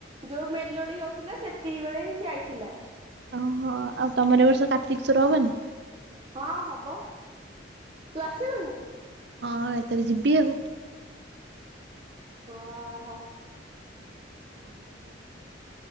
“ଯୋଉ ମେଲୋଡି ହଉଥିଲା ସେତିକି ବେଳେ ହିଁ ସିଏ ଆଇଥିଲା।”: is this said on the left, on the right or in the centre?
Right